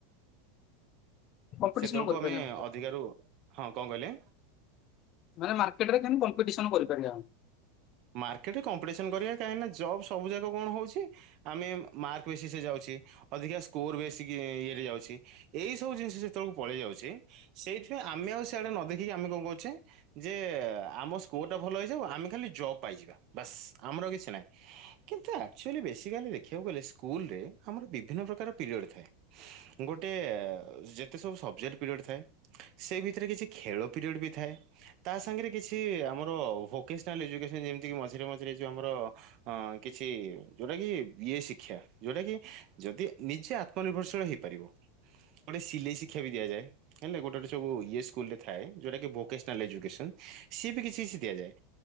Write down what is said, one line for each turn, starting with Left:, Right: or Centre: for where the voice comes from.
Left: କମ୍ପିଟିସନ
Right: ସେତେବେଳକୁ
Left: କରିପାରିବା
Right: ଆମେ ଅଧିକାରୁ ହଁ କଣ କହିଲେ?
Left: ମାନେ ମାର୍କେଟ ରେ <unintelligible> କମ୍ପିଟିସନ କରିପାରିବା ଆମେ।
Right: ମାର୍କେଟରେ କମ୍ପିଟିସନ କରିବା କାହିଁକିନା ଜବ୍ ସବୁ ଯାକ କଣ ହଉଛି। ଆମେ ମାର୍କ ବେଶୀ ସେ ଯାଉଛି ଅଧିକା ସ୍କୋର ବେଶୀକ୍ ଇଏରେ ଯାଉଛି। ଏଇ ସବୁ ଜିନିଷ ଯେତେବେଳକୁ ପଳେଇ ଯାଉଛି ସେଇଥିପାଇଁ ଆମେ ଆଉ ସେଆଡ଼େ ନ ଦେଖିକି ଆମେ କଣ କହୁଛେ ଯେ ଆମ ସ୍କୋର ଟା ଭଲ ହେଇଯାଉ ଆମେ ଖାଲି ଜଵ୍ ପାଇଯିବା ବାସ୍ ଆମର ଆଉ କିଛି ନାହିଁ। କିନ୍ତୁ ଆକଚୁଲି ବେଶିକାଲି ଦେଖିବାକୁ ଗଲେ ସ୍କୁଲରେ ଆମର ବିଭିନ୍ନ ପ୍ରକାର ପିରିୟଡ଼ ଥାଏ। ଗୋଟେ ଯେତେ ସବୁ ସବଜେକ୍ଟ ପିରିୟଡ଼ ଥାଏ ସେ ଭିତରେ କିଛି ଖେଳ ପିରିୟଡ଼ ବି ଥାଏ। ତା ସାଙ୍ଗରେ କିଛି ଆମର ଭୋକେଶ୍ନାଲ ଏଯୁକେସନ ଯେମିତିକି ମଝିରେ ମଝିରେ ଯଉ ଆମର ଅ କିଛି ଯୋଉଟା କି ଇଏ ଶିକ୍ଷା ଯୋଉଟା କି ଯଦି ନିଜେ ଆତ୍ ଆତ୍ମନିର୍ଭରଶୀଳ ହେଇପାରିବ ଗୋଟେ ସିଲେଇ ଶିକ୍ଷା ବି ଦିଆଯାଏ। ହେଲା ଗୋଟେ ଗୋଟେ ସବୁ ଇଏ ସ୍କୁଲ ରେ ଥାଏ ଯୋଉଟାକି ଭୋକେଶ୍ନାଲ୍ ଏଜୁକେସନ ସିଏ ବି କିଛି କିଛି ଦିଆଯାଏ।